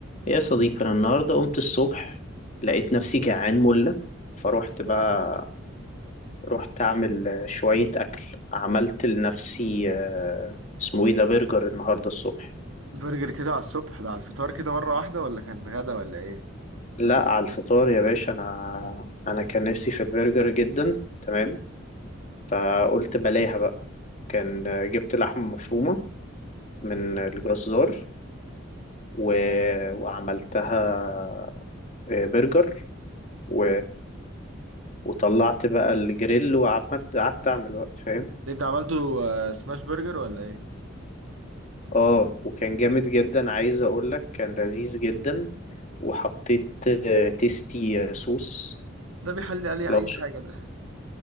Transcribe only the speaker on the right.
برجر كده على الصبح ده على الفطار كده مرة واحدة ولا كان غدا ولا ايه؟
ده انت عملته آه، سماش برجر ولا ايه؟
ده بيحلي عليه
اي
حاجه ده